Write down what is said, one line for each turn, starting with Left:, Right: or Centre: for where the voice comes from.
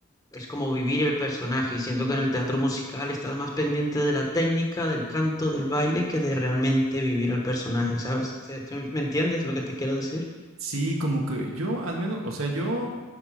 Left: es como vivir el personaje y siento que en el teatro musical estás más pendiente de la técnica, del canto, del baile que de realmente vivir al personaje, ¿sabes? Se- se- ¿Me entiendes lo que te quiero decir?
Right: Sí, como que yo al menos, o sea, yo